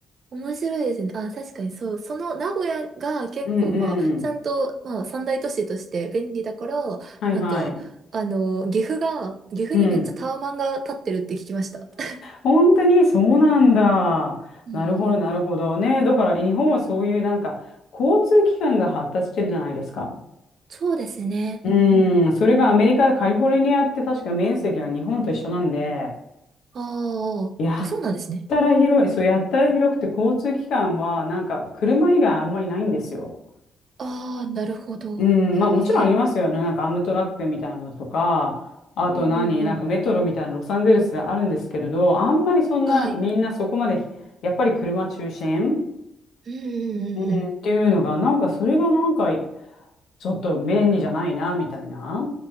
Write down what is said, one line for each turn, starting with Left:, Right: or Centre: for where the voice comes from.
Right: 面白いですね。あ、確かにそう。その名古屋が結構まあ、
Left: <laughs> うんうん。
Right: ちゃんとまあ、三大都市として便利だから、
Left: はいはい。
Right: なんか、あの、岐阜が、岐阜にめっちゃタワマンが立ってるって聞きました。
Left: うん。
Right: <laughs>
Left: 本当にそうなんだ。
Right: うん、
Left: なるほど、なるほどね。だから日本はそういうなんか交通機関が発達してるじゃないですか。
Right: そうですね。
Left: うーん、
Right: うんうん。
Left: それがアメリカ、カリフォルニアって確か面積は日本と一緒なんで、
Right: ああ、
Left: やっ
Right: あ、そうなんですね。
Left: たら広い、そうやったら広くて交通機関はなんか車以外あんまりないんですよ。
Right: ああ、なるほど。
Left: うん、
Right: ええ。
Left: まあもちろんありますよね。なんかアムトラックみたいなのとか、あと何、
Right: うんうんうん。
Left: なんかメトロみたいなロサンゼルスであるんですけれど、あんまりそんなみんなそこまでやっぱり車中心
Right: はい。うんうんうんうん。
Left: うん、っていうのが、なんかそれがなんか、ちょっと便利じゃないな、みたいな。